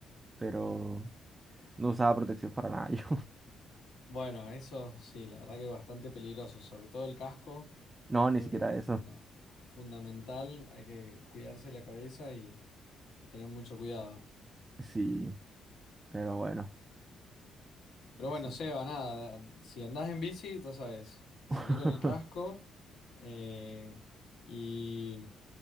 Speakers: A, on the right; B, on the left.
A: pero no usaba protección para nada <laughs> yo.
B: Bueno, eso sí, la verdad que es bastante peligroso, sobre todo el casco,
A: No,
B: creo
A: ni siquiera
B: que es
A: eso.
B: funda- fundamental, hay que cuidarse la cabeza y y tener mucho cuidado.
A: Sí, pero bueno,
B: Pero
A: así.
B: bueno, Seba, nada, si andás en bici, ya sabes, salí
A: <laughs>
B: con el casco eh, y,